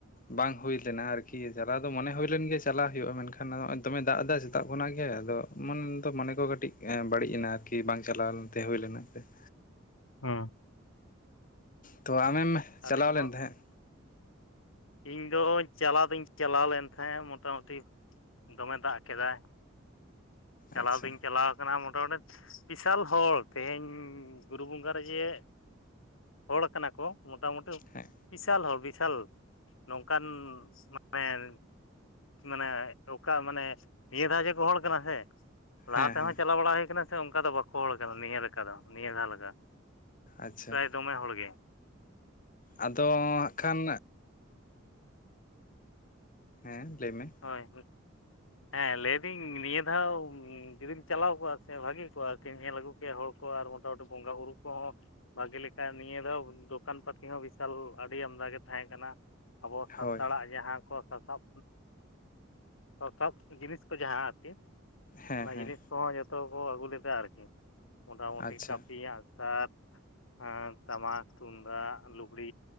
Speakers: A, on the left; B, on the left.
A: ᱵᱟᱝ ᱦᱩᱭ ᱞᱮᱱᱟ ᱟᱨᱠᱤ ᱪᱟᱞᱟᱣ ᱫᱚ ᱢᱚᱱᱮ ᱦᱩᱭᱞᱮᱱ ᱜᱮ ᱪᱟᱞᱟᱣ ᱦᱩᱭᱩᱜᱼᱟ ᱢᱮᱱᱠᱷᱟᱱ ᱱᱚᱜᱼᱚᱭ ᱫᱚᱢᱮ ᱫᱟᱜ ᱮᱫᱟ ᱥᱮᱛᱟᱜ ᱠᱷᱚᱱᱟᱜ ᱜᱮ ᱟᱫᱚ ᱢᱚᱱ ᱫᱚ ᱢᱚᱱᱮ ᱠᱚ ᱠᱟᱹᱴᱤᱡ ᱵᱟᱹᱲᱤᱡ ᱮᱱᱟ ᱟᱨᱠᱤ ᱵᱟᱝ ᱪᱟᱞᱟᱣ ᱞᱮᱱᱛᱮ ᱦᱩᱭ ᱞᱮᱱᱟ ᱛᱮ ᱾
B: ᱚ
A: ᱛᱚ ᱟᱢᱮᱢ ᱪᱟᱞᱟᱣ
B: ᱟᱹᱞᱤᱧ
A: ᱞᱮᱱ
B: ᱦᱚᱸ
A: ᱛᱟᱦᱮᱸᱫ?
B: ᱤᱧ ᱫᱚ ᱪᱟᱞᱟᱣ ᱫᱩᱧ ᱪᱟᱞᱟᱣ ᱞᱮᱱ ᱛᱟᱦᱮᱸᱜ ᱢᱚᱴᱟᱢᱩᱴᱤ ᱫᱚᱢᱮ ᱫᱟᱜ ᱠᱮᱫᱟᱭ ᱪᱟᱞᱟᱣ
A: ᱟᱪᱪᱷᱟ
B: ᱫᱩᱧ ᱪᱟᱞᱟᱣ ᱠᱟᱱᱟ ᱢᱳᱚᱴᱟᱢᱩᱴᱤ ᱵᱤᱥᱟᱞ ᱦᱚᱲ ᱛᱮᱦᱮᱧ ᱵᱩᱨᱩ ᱵᱚᱸᱜᱟ ᱨᱮ ᱡᱮ ᱦᱚᱲ ᱠᱟᱱᱟ ᱠᱚ ᱢᱳᱴᱟᱢᱩᱴᱤ
A: ᱦᱮᱸ
B: ᱵᱤᱥᱟᱞ ᱦᱚᱲ ᱵᱤᱥᱟᱞ ᱱᱚᱝᱠᱟᱱ ᱢᱟᱱᱮ ᱢᱟᱱᱮ ᱚᱠᱟ ᱢᱟᱱᱮ ᱱᱤᱭᱟᱹ ᱫᱷᱟᱣ ᱡᱮ ᱠᱚ ᱦᱚᱲ ᱠᱟᱱᱟ ᱥᱮ ᱞᱟᱦᱟ
A: ᱦᱮᱸ
B: ᱛᱮᱦᱚᱸ
A: ᱦᱮᱸ
B: ᱪᱟᱞᱟᱣ ᱵᱟᱲᱟ ᱦᱩᱭ ᱠᱟᱱᱟ ᱥᱮ ᱚᱱᱠᱟ ᱫᱚ ᱵᱟᱠᱚ ᱦᱚᱲ ᱠᱟᱱᱟ ᱱᱤᱭᱟᱹ ᱞᱮᱠᱟ ᱫᱚ ᱱᱤᱭᱟᱹ ᱫᱷᱟᱣ ᱞᱮᱠᱟ ᱾
A: ᱟᱪᱪᱷᱟ
B: ᱯᱨᱟᱭ ᱫᱚᱢᱮ ᱦᱚᱲ ᱜᱮ
A: ᱟᱫᱚ ᱦᱟᱸᱜ ᱠᱷᱟᱱ ᱦᱮᱸ ᱞᱟᱹᱭ ᱢᱮ
B: ᱦᱳᱭ, ᱦᱮᱸ ᱞᱟᱹᱭᱫᱟᱹᱧ ᱱᱤᱭᱟᱹ ᱫᱷᱟᱣ ᱡᱩᱫᱤᱢ ᱪᱟᱞᱟᱣ ᱠᱚᱜᱼᱟ ᱥᱮ ᱵᱷᱟᱹᱜᱤ ᱠᱚᱜᱼᱟ ᱠᱤ ᱧᱮᱞ ᱟᱹᱜᱩ ᱠᱮᱭᱟ ᱦᱚᱲ ᱠᱚ ᱟᱨ ᱢᱚᱴᱟᱢᱩᱴᱤ ᱵᱚᱸᱜᱟ ᱵᱩᱨᱩ ᱠᱚᱦᱚᱸ ᱵᱷᱟᱜᱮ ᱞᱮᱠᱟ ᱱᱤᱭᱟᱹ ᱫᱷᱟᱣ ᱫᱚᱠᱟᱱ ᱯᱟᱹᱛᱤ ᱦᱚᱸ ᱵᱤᱥᱟᱞ ᱟᱹᱰᱤ ᱟᱢᱫᱟ ᱜᱮ ᱛᱟᱦᱮᱸ ᱠᱟᱱᱟ ᱾ ᱟᱵᱚ ᱥᱟᱱᱛᱟᱲᱟᱜ
A: ᱦᱳᱭ
B: ᱡᱟᱦᱟᱸ ᱠᱚ ᱥᱟᱥᱟᱵ ᱥᱟᱛᱟᱵ ᱡᱤᱱᱤᱥ ᱠᱚ ᱡᱟᱦᱟᱸ ᱟᱨᱠᱤ
A: ᱦᱮᱸ
B: ᱚᱱᱟ
A: ᱦᱮᱸ
B: ᱡᱤᱱᱤᱥ ᱠᱚᱦᱚᱸ ᱡᱚᱛᱚ ᱠᱚ ᱟᱹᱜᱩ ᱞᱮᱫᱟ ᱟᱨᱠᱤ ᱢᱚᱴᱟᱢᱩᱴᱤ
A: ᱟᱪᱪᱷᱟ
B: ᱠᱟᱹᱯᱤ ᱟᱸᱜ-ᱥᱟᱨ ᱟᱨ ᱴᱟᱢᱟᱠ ᱛᱩᱢᱫᱟᱜ ᱞᱩᱜᱽᱲᱤ